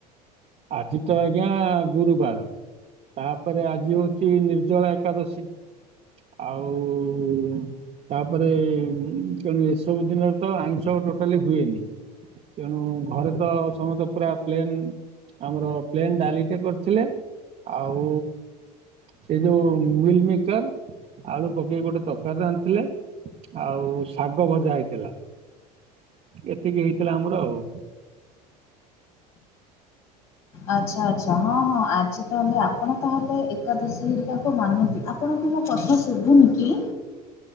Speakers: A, on the right; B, on the left.
A: ଆଜି ତ ଆଜ୍ଞା ଗୁରୁବାର। ତାପରେ ଆଜି ହୋଉଚି ନିର୍ଜଳା ଏକାଦଶୀ। ଆଉ ତାପରେ ତେଣୁ ଏସବୁ ଦିନରେ ତ ଆଇଁଷ ଟୋଟାଲି ହୁଏନି। ତେଣୁ ଘରେ ତ ସମସ୍ତେ ପୁରା ପ୍ଲେନ ଆମର ପ୍ଲେନ୍ ଡାଲିଟେ କରିଥିଲେ। ଆଉ ସେ ଯୋଉ ମିଲମିକର। ଆଳୁ ପକେଇକି ଗୋଟେ ତକାରୀ ରାନ୍ଧିଥିଲେ ଆଉ ଶାଗ ଭଜା ହେଇଥିଲା। ଏତିକି ହେଇଥିଲା ଆମର ଆଉ
B: ଆଚ୍ଛା ଆଚ୍ଛା ହଁ ହଁ ଆଜି ତାହେଲେ ଆପଣ ତାହେଲେ ଏକାଦଶୀ ହେରିକା ଲୋକ ମାନନ୍ତି ଆପଣଙ୍କୁ ମୋ କଥା ଶୁଭୁନି କି?